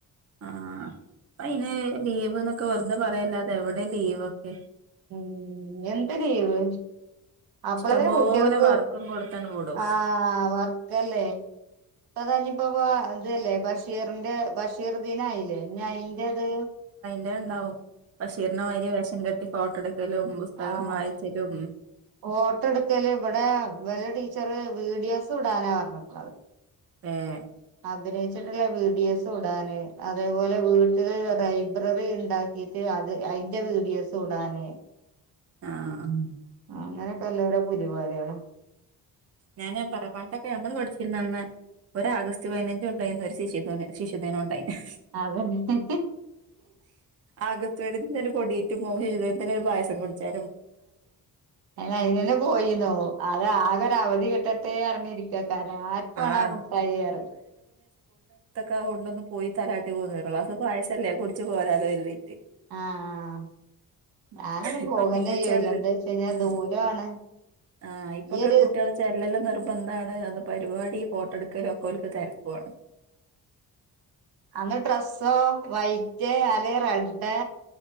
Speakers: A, on the right; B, on the right.
A: ആഹ്. പ്പൊ അയിന്, ലീവ്ന്നൊക്കെ വെറുതെ പറയല്ലാതെ, എവിടെ ലീവൊക്കെ?
B: മ്മ്. എന്താ ലീവ്? അപ്പളെങ്കിലും
A: ഇഷ്ടംപോലെ
B: കുട്ട്യാൾക്ക്.
A: വർക്കും കൊടുത്തണ് വിടും
B: ആഹ് വർക്കല്ലേ? പ്പളാ ഞ് ഇപ്പപോ ഇതല്ലേ! ബഷീറിന്റെ, ബഷീർ ദിനായില്ലേ? ഞയിന്റത്
A: ത്തേ ണ്ടാവും. ബഷീറിനെമാതിരി വേഷം കെട്ടി ഫോട്ടോ ട്ക്കലും, പുസ്തകം
B: ആഹ്
A: വായിച്ചലും
B: ഫോട്ടോ എടുക്കല് ഇവിടെ ഇവലെ ടീച്ചറ് വീഡിയോസ് വ്ടാനാ അറഞ്ഞ്ക്ക്ണത്.
A: ഏഹ്!.
B: അഭിനയിച്ചിട്ടുള്ള വീഡിയോസ് ഇടാന് അതേപോലെ വീട്ടില് ലൈബ്രറി ഉണ്ടാക്കിട്ട് അത് അതിന്റെ വീഡിയോസും ഇടാന്
A: ആഹ്
B: ഉം അങ്ങനൊക്കെല്ലൊരു പുലിവാലുകളാ
A: ഞാന് പറ പണ്ടൊക്കെ നമ്മള് പഠിച്ചിരുന്നന്ന് ഒരു ആഗസ്റ്റ് പതിനഞ്ചും ഉണ്ടായിരുന്ന് ഒരു ശിശു ശിശുദിനോം ഉണ്ടായിരുന്നു
B: അതന്നെ
A: ആഗസ്റ്റ് പതിനഞ്ചിന് ഒരു കൊടേറ്റ് പോകും <unintelligible> തന്നെ പായസം കുടിച്ചാ
B: അയിന് തന്നെ പോയിന്നോ അത് ആകെ ഒരു അവധി കിട്ട മുട്ടത്തേ അറിഞ്ഞിരിക്ക കാരണം ആർക്കേണം
A: ആഹ്
B: ആ മുട്ടായീ പറഞ്
A: ഒക്കെ കൊണ്ടന്ന് പോയി തലാട്ടി പോന്ന വള്ള അസ് പായസല്ലേ കുടിച്ച് പോരാലോ കരുതി
B: ആഹ് ഞാനൊന്നും
A: ഇപ്പൊ
B: പോകലേ
A: പിന്നെ ചെല്ലൽ
B: ഇല്ല എന്താ വെച്ച് കഴിഞ്ഞാ
A: ഉം
B: ദൂരാണ്
A: ആഹ് ഇപ്പൊക്കെ
B: ഈ ഒരു
A: കുട്ടികൾ ചെല്ലല്ല് നിർത് എന്താണ് അത് പരിപാടി ഫോട്ടോ എടുക്കല് ഒക്കെ ഓല്ക്ക് തിരക്കുവാണ്
B: അന്ന് ഡ്രെസ്സോ വൈറ്റ് അല്ലെ റെഡ്